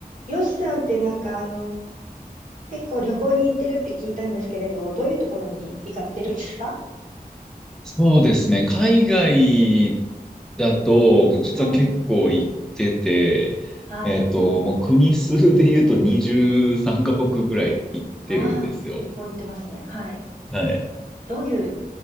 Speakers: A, on the right; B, in the centre.
A: よしさんってなんかあの、結構旅行に行ってるって聞いたんですけれど、どういうところに行かれてるんですか
B: そうですね。海外だと、実は結構行ってて、
A: うん。はい。
B: えっと、もう国数で言うと23カ国ぐらい行ってるんですよ。
A: ああ、結構行ってますね。はい。
B: はい。
A: どういう